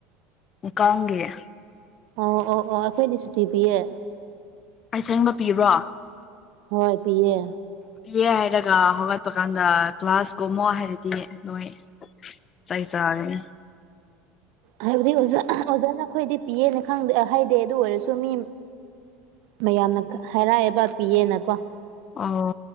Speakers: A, on the left; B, on the right.
A: <unintelligible>
B: ꯑꯣ ꯑꯣ ꯑꯣ ꯑꯩꯈꯣꯏꯗꯤ ꯁꯨꯇꯤ ꯄꯤꯌꯦ
A: ꯑꯁꯦꯡꯕ ꯄꯤꯕ꯭ꯔꯣ
B: ꯍꯣꯏ ꯄꯤꯌꯦ
A: ꯑꯦ ꯍꯥꯏꯔꯒ ꯍꯧꯒꯠꯄ ꯀꯥꯟꯗ ꯀ꯭ꯂꯥꯁ ꯀꯨꯝꯃꯣ ꯍꯥꯏꯔꯗꯤ ꯅꯣꯏ ꯆꯥꯏ ꯆꯥꯔꯅꯤ
B: ꯍꯥꯏꯕꯗꯤꯖ ꯑꯣꯖꯥ ꯅꯈꯣꯏꯗꯤ ꯄꯤꯌꯦꯅ ꯈꯗꯦ ꯍꯥꯏꯗꯦ ꯑꯗꯨ ꯑꯣꯏꯔꯁꯨ ꯃꯤ ꯃꯌꯥꯝꯅ ꯍꯥꯏꯔꯥꯏꯑꯦꯕ ꯄꯤꯌꯦꯅꯀꯣ
A: ꯑꯣ